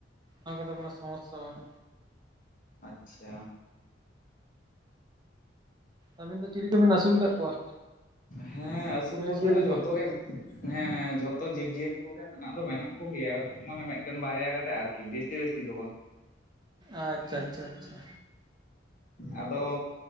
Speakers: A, on the right (about 25°); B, on the left (about 45°).
A: ᱚᱱᱠᱟ ᱫᱚ ᱠᱳᱱᱳ ᱥᱚᱢᱚᱥᱥᱟ ᱵᱟᱹᱱᱩᱜ
B: ᱟᱪᱪᱷᱟ᱾
A: ᱟᱹᱵᱤᱱ ᱫᱚ ᱪᱤᱞᱤ ᱠᱚᱵᱤᱱ ᱟᱹᱥᱩᱞ ᱠᱟᱫ ᱠᱚᱣᱟ?
B: ᱦᱮᱸ ᱟᱹᱥᱩᱞ
A: ᱪᱤᱞᱤ
B: ᱵᱚᱞᱛᱮ
A: ᱡᱤᱭᱟᱹᱞᱤ
B: ᱫᱚ ᱡᱷᱚᱛᱚ
A: ᱠᱚ
B: ᱜᱮ ᱦᱮᱸ ᱡᱷᱚᱛᱚ ᱡᱤᱵᱡᱤᱭᱟᱹᱞᱤ ᱠᱚᱜᱮ ᱢᱮᱱᱟᱜ ᱫᱚ ᱢᱮᱱᱟᱜ ᱠᱚᱜᱮᱭᱟ, ᱢᱟᱱᱮ ᱢᱤᱫᱴᱮᱱ ᱵᱟᱨᱭᱟ ᱠᱟᱛᱮᱜ ᱟᱨ ᱠᱤ ᱵᱮᱥᱤ ᱵᱮᱥᱤ ᱫᱚ ᱵᱟᱝ᱾
A: ᱟᱪᱪᱷᱟ ᱪᱷᱟ ᱪᱷᱟ᱾
B: ᱟᱫᱚ